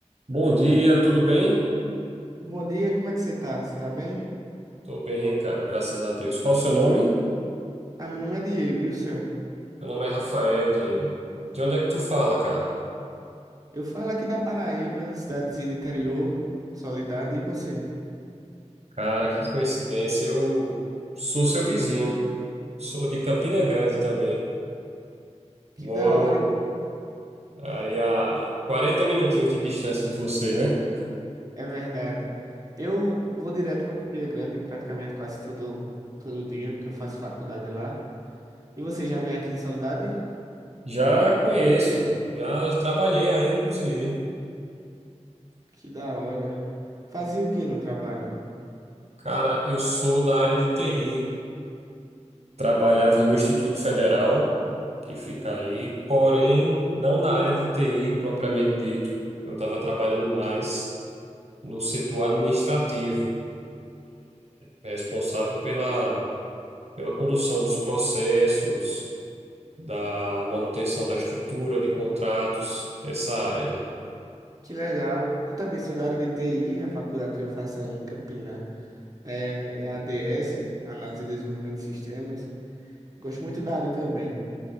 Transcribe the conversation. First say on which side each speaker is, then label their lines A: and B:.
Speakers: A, on the right; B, on the right.
A: Bom dia, tudo bem?
B: Bom dia, como é que você tá? Você tá bem?
A: Tô bem, cara, graças a Deus. Qual o seu nome?
B: Ah, meu nome é Diego, e o seu?
A: Meu nome é Rafael, Diego. De onde é que tu fala, cara?
B: Eu falo aqui da Paraíba, na cidadezinha do interior, Soledade, e você?
A: Cara, que coincidência, eu sou seu vizinho. Sou de Campina Grande também.
B: Que
A: Moro
B: da hora, hein?
A: aí a 40 minutinhos de distância de você, né?
B: É verdade. Eu vou direto pra Campina Grande praticamente quase todo, todo dia, porque eu faço faculdade lá. E você já veio aqui em Soledade?
A: Já conheço, já trabalhei aí, inclusive.
B: Que da hora. Fazia o que no trabalho?
A: Cara, eu sou da área de TI. Trabalhava no Instituto Federal, que fica aí, porém não na área de TI propriamente dito. Eu estava trabalhando mais no setor administrativo, responsável pela, pela condução dos processos, da manutenção da estrutura de contratos, essa área aí.
B: Que legal. Eu também sou da área de TI, a faculdade que eu faço aí em Campina é, é ADS, Análise e Desenvolvimento de Sistemas. Gosto muito da área também.